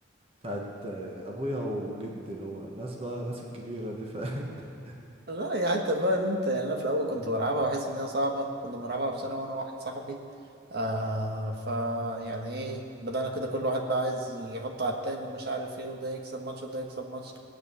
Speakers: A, on the right; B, on the right.
A: بتاعت ابويا وجدي اللي هو ناس بقى ناس الكبيره دي ف <laughs>
B: لا يا حتى بقى ان انت يعني انا في الاول كنت بلعبها واحس ان هي صعبه كنا بنلعبها في سنه وانا واحد صاحبي آه فا يعني ايه بدأنا كده كل واحد بقى عايز يحط على التاني ومش عارف ايه وده يكسب ماتش وده يكسب ماتش